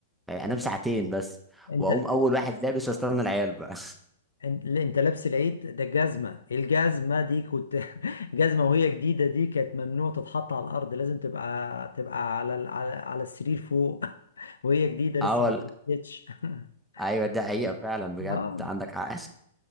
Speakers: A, in the centre; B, on the left.
A: يعني
B: <laughs>
A: انام ساعتين بس
B: أنت
A: واقوم اول واحد لابس واستنى العيال بقى
B: انت اللي انت لابس العيد ده جزمة الجزمة دي كنت <laughs> جزمة وهي جديدة دي كانت ممنوع تتحط على الأرض لازم تبقى تبقى على ال- على, على السرير فوق <laughs> وهي
A: <laughs>
B: جديدة لسه
A: اول
B: ما اتلبستش <laughs>
A: ايوه ده حقيقه فعلا بجد
B: اه
A: عندك حق <laughs>